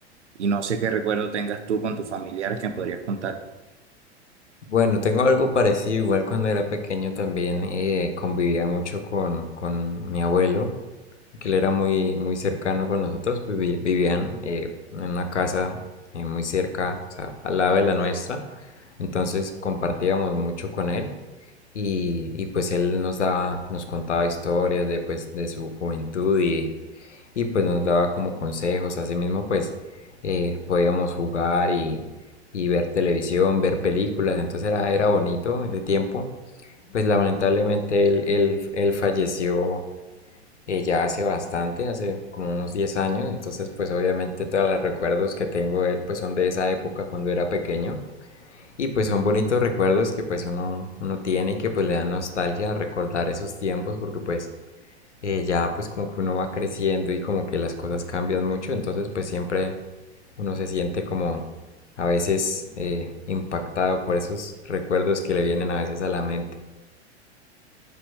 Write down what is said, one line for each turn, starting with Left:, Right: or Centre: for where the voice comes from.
Right: Y no sé qué recuerdo tengas tú con tus familiares que me podrías contar.
Left: Bueno, tengo algo parecido, igual cuando era pequeño también eh, convivía mucho con, con mi abuelo que él era muy, muy cercano con nosotros, vivían eh, en una casa eh, muy cerca, o sea, al lado de la nuestra, entonces compartíamos mucho con él y, y pues él nos daba, nos contaba historias de, pues, de su juventud y, y pues nos daba como consejos, así mismo pues eh, podíamos jugar y, y ver televisión, ver películas, entonces era, era bonito ese tiempo. Pues lamentablemente él, él, él falleció eh, ya hace bastante, hace como unos 10 años, entonces pues obviamente todos los recuerdos que tengo de él pues son de esa época cuando era pequeño y pues son bonitos recuerdos que pues uno, uno tiene y que pues le dan nostalgia recordar esos tiempos porque pues eh, ya pues como que uno va creciendo y como que las cosas cambian mucho, entonces pues siempre uno se siente como a veces eh, impactado por esos recuerdos que le vienen a veces a la mente.